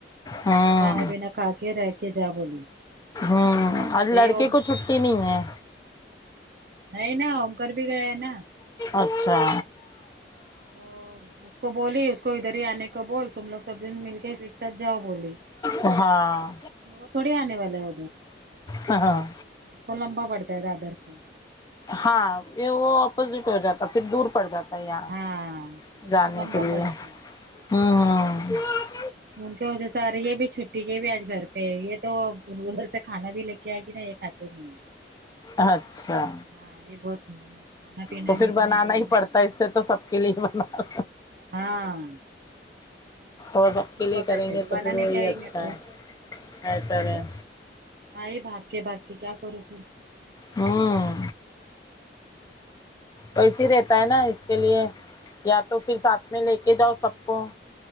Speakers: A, on the left; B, on the right.
A: ہاں
B: کھانا پینا کھا کے رہکے جا بولی
A: ہوں آج
B: ابھی
A: لڑکے
B: وہ
A: کو چھٹی نہیں ہے
B: نہیں نا ہوم کر بھی گیا نا
A: اچھا
B: تو اس کو بولی اس کو ادھر ہی آنے کو بول تم لوگ سب جن مل کے سب جاؤ بولی
A: ہاں
B: وہ تھوڑی آنے والا ہے ادھر
A: ہاں
B: تو لمبا پڑتا ہے رادر سے
A: ہاں یہ وہ اپوزٹ ہو جاتا پھر دور پڑ جاتا یہاں
B: ہاں تو
A: جانے
B: اس کو لمبا
A: کے لیے
B: پڑتا ہے
A: ہ ہ
B: ان کی وجہ سے آ رہے یہ بھی چھٹی یہ بھی آج گھر پہ یہ تو ادھر سے کھانا بھی لے کے آئے گی نا یہ کھاتے نہیں
A: اچھا
B: ہاں یہ بہت کھانا پینا
A: تو پھر
B: میں اتنا
A: بنانا
B: یہ
A: ہی
B: نا
A: پڑتا ہے اس سے تو سب کے لیے ہی بنا
B: ہاں میں بولی
A: اور سب
B: دونوں
A: کے لیے
B: کا
A: کریں
B: کیسے
A: گے
B: بھی
A: تو
B: بنانے
A: پھر وہی
B: کا ہے
A: اچھا
B: میرے کو
A: بہتر ہے
B: ہاں یہ بھاگ کے بھاگ کے کیا کرو پھر
A: ہاں ویسے ہی رہتا ہے نا اس کے لیے یا تو پھر ساتھ میں لے کے جاؤ سب کو